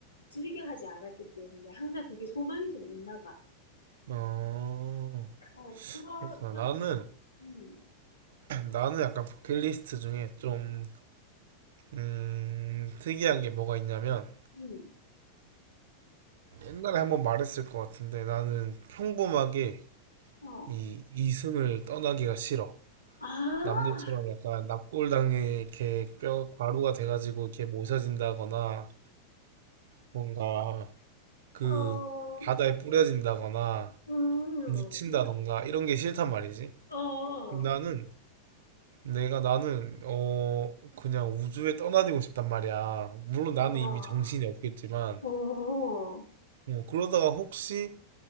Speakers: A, on the left; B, on the right.
A: 즐겨 하지 않았기 때문에 항상 그게 소망이 좀 있나 봐.
B: 어,
A: 어, 그러
B: 그렇구나.
A: 그래서
B: 나는,
A: 음.
B: 나는 약간 버킷리스트 중에 좀 음, 특이한 게 뭐가 있냐면
A: 음.
B: 옛날에 한번 말했을 것 같은데 나는 평범하게
A: 어.
B: 이 이승을 떠나기가 싫어.
A: 아.
B: 남들처럼 약간 납골당에 이렇게 뼈 가루가 돼가지고 이렇게 모셔진다거나 뭔가 그
A: 어.
B: 바다에 뿌려진다거나
A: 음.
B: 묻힌다던가 이런 게 싫단 말이지.
A: 어.
B: 나는 내가 나는 어 그냥 우주에 떠나들고 싶단 말이야. 물론 나는
A: 와
B: 이미 정신이 없겠지만
A: 오.
B: 뭐 그러다가 혹시